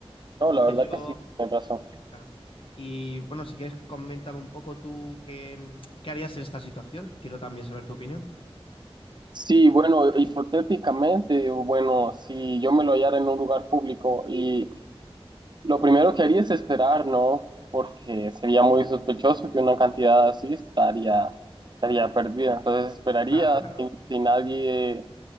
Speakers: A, on the right; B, on the left.
A: No,
B: Entonces
A: la verdad
B: yo
A: que sí, tienes razón.
B: Claro. Y bueno, si quieres, coméntame un poco tú qué, mm, qué harías en esta situación. Y Quiero también saber tu opinión.
A: Sí, bueno, hipotéticamente, o bueno, si yo me lo hallara en un lugar público y lo primero que haría es esperar, ¿no? Porque sería muy sospechoso que una cantidad así estaría, estaría perdida. Entonces esperaría
B: Claro, claro.
A: si, si nadie,